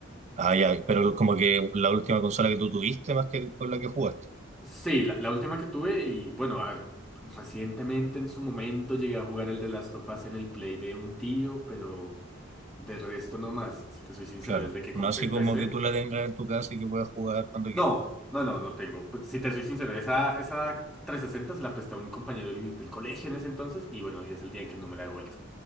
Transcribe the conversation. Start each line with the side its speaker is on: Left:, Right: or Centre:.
Right: Ah, ya, pero como que la última consola que tú tuviste más que con la que jugaste.
Centre: Sí, la, la última que tuve y bueno, a ver, recientemente en su momento llegué a jugar el de Last of Us en el Play de un tío, pero de resto no más. Si te soy sincero,
Right: Claro,
Centre: desde que compré
Right: no así
Centre: el
Right: como
Centre: PC.
Right: que tú la tengas en tu casa y que puedas jugar cuando quieras.
Centre: No, no, no, no tengo. Pues, Si te soy sincero, esa, esa 360 se la presté a un compañero del, del colegio en ese entonces y bueno, y es el día en que no me la he devuelto.